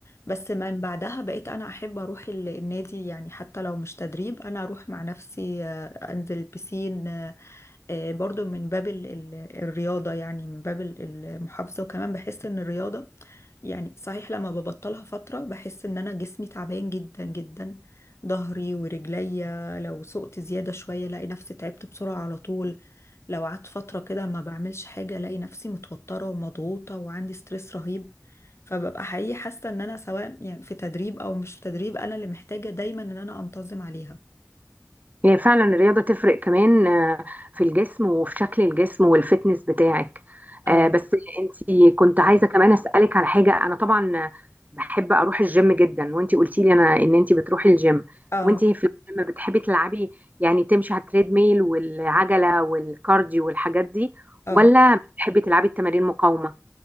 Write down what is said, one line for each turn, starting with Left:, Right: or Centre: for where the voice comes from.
Left: بس من بعدها بقيت أنا أحب أروح ال- النادي يعني حتى لو مش تدريب أنا أروح مع نفسي آه، أنزل بسين آه، آه، برضو من باب ال- ال- الرياضة يعني من باب ال- المحافظة وكمان بحس ان الرياضة يعني صحيح لما ببطلها فترة بحس ان انا جسمي تعبان جدا جدا ظهري ورجليا لو سقت زيادة شوية الاقي نفسي تعبت بسرعة على طول لو قعدت فترة كده ما بعملش حاجة الاقي نفسي متوترة ومضغوطة وعندي ستريس رهيب فببقى حقيقي حاسة ان انا سواء يعني في تدريب او مش في تدريب انا اللي محتاجة دايما ان انا انتظم عليها
Right: هي فعلا الرياضة تفرق كمان آه، في الجسم وفي شكل الجسم والفتنس بتاعك
Left: اه
Right: آه، بس انتي كنت عايزة كمان أسألك على حاجة أنا طبعا بحب أروح الجيم جدا وانتي قلتي لي أنا إن انتي بتروحي الجيم
Left: اه
Right: وانتي في الجيم بتحبي تلعبي يعني تمشي على التريد ميل والعجلة والكارديو والحاجات دي
Left: اه
Right: ولا بتحبي تلعبي التمارين مقاومة